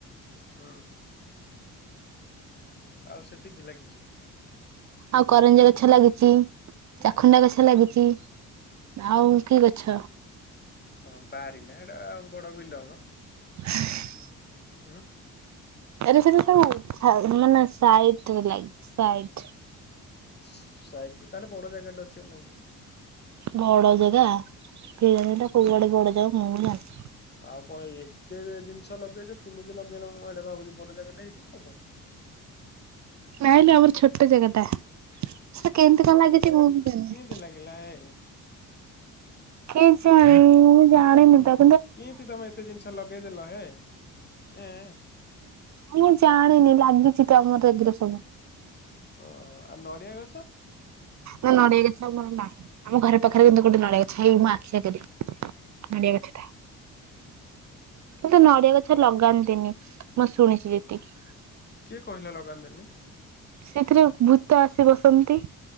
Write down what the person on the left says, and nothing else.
ହୁଁ ଆଉ ସେତିକି ଲାଗିଛି
ତ ବାରି ନା ହେଟା ବଡ ବିଲ ମ
ହଁ
ସାଇଡ ରେ ତାହେଲେ ବଡ ଜାଗା ଟେ ଅଛି ଆଉ ନାଇ କି
ଆଉ କଣ ଏତେ ଜିନିଷ ଲଗେଇଛ କେମିତି ଲଗେଇଲ ମୁଁ ହେଇଟା ଭାବୁଛି ବଡ ଜାଗେଟା ହେଇଥିବ ଆଉ କଣ
କେତେ ଲାଗିଲା ହେ
କିନ୍ତି ତମେ ଏତେ ଜିନିଷ ଲଗେଇଦେଲ ହେ ଏଁ
ଓ ଆ ନଡ଼ିଆ ଗଛ
ହୁଁ
କିଏ କହିଲା ଲଗାନ୍ତିନି